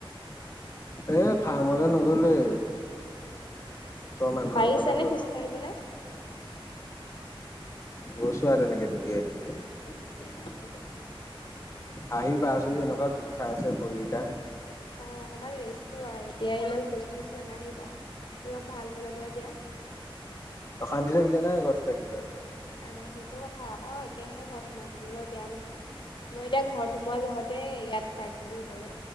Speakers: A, on the left; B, on the left.
A: এ ফাৰ্মলে নগলোৱে। ওচৰ মানুহ
B: পাৰিছা
A: এঘৰলে
B: নে
A: গ'লো
B: খোজ কাঢ়িবলে
A: গৈছোঁ আৰু তেনেকে দুপীযাই দুপীযাই।
B: এই এইটো যায়।
A: আহি পাইছোহি এনেকুৱা বিষাইছে ভৰিকেইটা।
B: অ অকনমান ৰেষ্ট লোৱা এতিয়া ইমান খোজ খোজ নাগাঢ়িবা অলপ ভাল হৈ লব দিয়া। <inaudible>
A: অশান্তি থাকিলে না ঘৰত থাকি। তাৰছত
B: আ সেইটো কথা আকৌ। একেৰাহে ঘৰত সোমাই থাকিবলৈ বেয়া নহয়। মই এতিয়া ঘৰত সোমোৱা যহতে ইয়াত পাইছোহি ৰুবলে।